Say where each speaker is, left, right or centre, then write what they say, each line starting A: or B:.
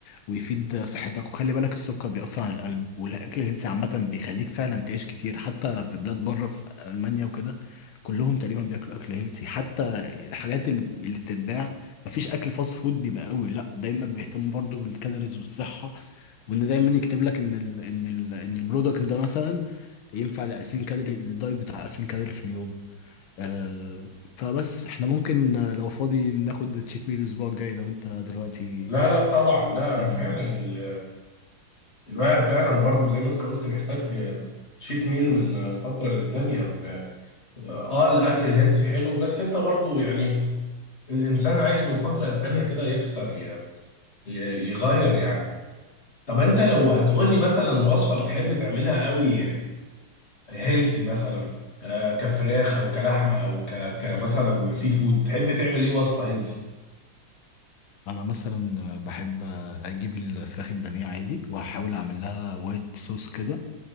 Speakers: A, on the left; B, on the left.
A: ويفيد صحتك وخلي بالك السكر بيأثر على القلب والأكل الهيلثي عامة بيخليك فعلا تعيش كتير حتى في بلاد بره في ألمانيا وكده كلهم تقريبا بياكلوا أكل هيلثي حتى الحاجات اللي اللي بتتباع مفيش أكل فاست فود بيبقى قوي لا دايما بيهتموا برضو بالكالوريز والصحة وإن دايما يكتب لك إن ال إن ال إن البرودكت ده مثلا ينفع ل 2000 كالوري الدايت بتاع 2000 كالوري في اليوم آه فبس احنا ممكن آه، لو فاضي ناخد تشيت ميل الأسبوع الجاي لو أنت دلوقتي
B: لا لا طبعا لا انا
A: يلا
B: فعلا ال... الواحد فعلا برضو زي ما انت قلت محتاج شيت ميل من فتره للتانيه إن- اه آه، الاكل الهيلثي حلو بس انت برضو يعني الانسان عايز من فتره للتانيه كده يكسر ي... ي- يغير يعني طب انت لو هتقول لي مثلا وصفه بتحب تعملها قوي هيلسي مثلا آه، كفراخ او كلحمه او ك... كمثلا سي فود تحب تعمل ايه وصفه هيلسي
A: انا مثلا بحب اجيب الفراخ البانيه عادي واحاول اعمل لها وايت صوص كده